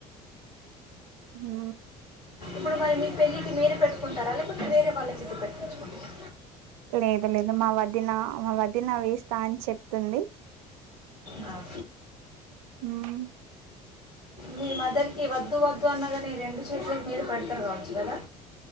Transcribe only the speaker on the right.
హు
లేదు లేదు మా వదిన మా వదినా వేస్తా అని చెప్తుంది
హు